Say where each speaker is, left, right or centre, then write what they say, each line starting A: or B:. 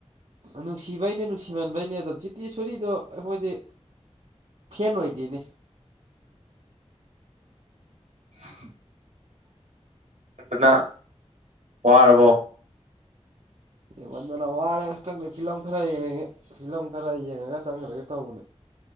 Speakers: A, on the right; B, on the right.
A: ꯅꯨꯡꯁꯤꯕꯩꯅꯦ ꯅꯨꯡꯁꯤꯃꯥꯟꯕꯩꯅꯦ ꯑꯗꯣ ꯖꯤꯇꯦꯁꯣꯔꯤꯗꯣ ꯑꯩꯈꯣꯏꯗꯤ ꯐꯦꯟ ꯑꯣꯏꯗꯦꯅꯦ
B: <inaudible> ꯅ ꯋꯥꯔꯕꯣ
A: ꯌꯦꯡꯉꯟꯗꯅ ꯋꯥꯔꯦ ꯑꯁ ꯈꯪꯗꯦ ꯐꯤꯂꯝ ꯈꯔ ꯌꯦꯡꯉꯉꯦ ꯐꯤꯂꯝ ꯈꯔ ꯌꯦꯡꯉꯒ ꯆꯪꯒ꯭ꯔꯒꯦ ꯇꯧꯕꯅꯦ